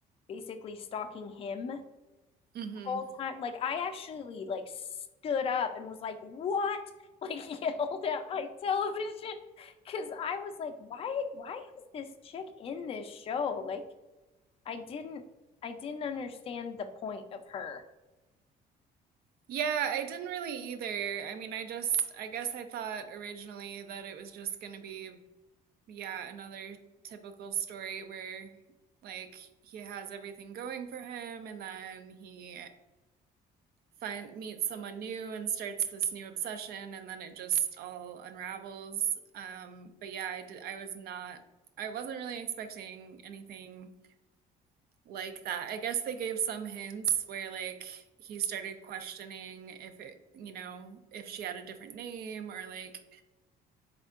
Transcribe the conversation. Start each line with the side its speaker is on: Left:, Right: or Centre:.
Left: basically stalking him
Right: hmm
Left: whole time. Like I actually like stood up and was like, "What?" <laughs> Like yelled at my television because I was like, "Why? Why is this chick in this show?" Like I didn't, I didn't understand the point of her.
Right: yeah, I didn't really either. I mean, I just, I guess I thought originally that it was just going to be yeah, another typical story where like he has everything going for him and then he find meets someone new and starts this new obsession and then it just all unravels. Um but yeah, I did, I was not I wasn't really expecting anything like that. I guess they gave some hints where like he started questioning if it, you know, if she had a different name or like